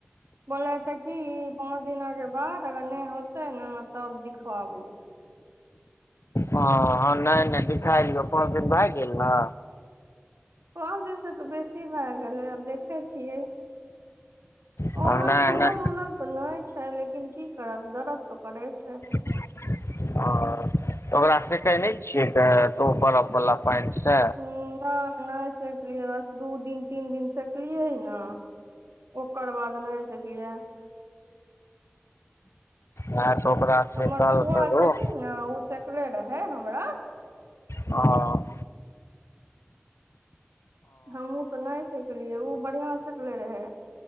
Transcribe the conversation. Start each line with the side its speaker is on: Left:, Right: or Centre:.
Right: बोले ते की पाँच दिना के बाद अगर नय होते ने तब दिखबू
Left: हऽ नय नय दिखायलियौ पांच दिन भए गेल न
Right: पाँच दिनसँ तऽ बेसी भए गेलै आब देखै छियै
Left: नहि
Right: ओहन फूलल
Left: नहि
Right: उलल तऽ नय छै लेकिन की करब दर्द तऽ करे छै
Left: <inaudible> आ त ओकरा सेकेय नै छियै त बरफ वाला पानी से
Right: हूं नय नय सेकलियै बस दू दिन तीन दिन सेकलियै न ओकर बाद नय सैकलिए
Left: नय तऽ ओकरा सेकल
Right: हमर फुआ
Left: करू
Right: छथिन ओ सकले रहे हमरा
Left: आ
Right: हमहुँ तऽ नय सेकलियै ओ बढ़िया सेकले रहै